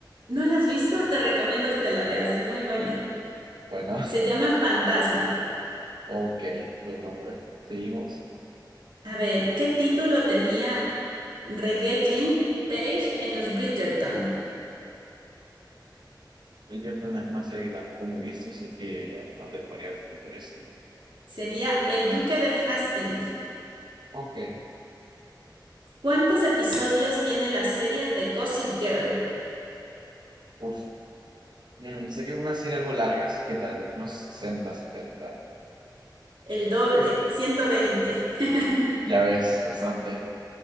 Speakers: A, on the right; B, on the right.
A: ¿No la has visto? Te recomiendo que te la veas, es muy buena.
B: Bueno, <laughs>
A: Se llama Fantasma.
B: ok, pues no, hombre, seguimos.
A: A ver, ¿qué título tenía Reggae Jean Page en Los Bridgerton?
B: Bridgerton es una serie que tampoco me he visto, así que no te podría responder eso.
A: Sería El Duque de Hastings.
B: Ok,
A: ¿Cuántos episodios tiene la serie de Gossip Girl?
B: uf. Mm, sé que es una serie algo largas, que tal vez unos Sesenta, setenta.
A: El doble, 120. <laughs>
B: Ya ves, bastante.